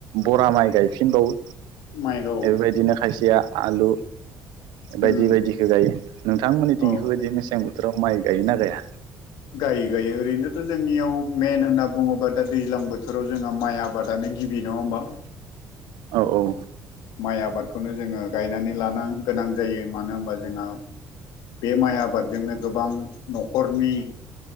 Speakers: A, on the right; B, on the left.
A: बरा माइ गायफिनबावो
B: माइखौ
A: बेबायदिनो खायसेया आलु
B: उम
A: बायदि बायदिखौ गायो नोंथांमोननिथिं
B: औ
A: बेफोरबायदि मेसें बोथोराव माइ गायोना गाया?
B: गायो गायो ओरैनोथ' जोंनियाव मेन होनना बुं बुङोबा दा दैज्लां बोथोराव जोंहा माइ आबादानो गिबि नंङा होमबा
A: औ औ
B: माइ आबादखौनो जोङो गायनानै लानां गोनां जायो मानो होनबा जोंहा बे माइ आबादजोंनो गोबां न'खरनि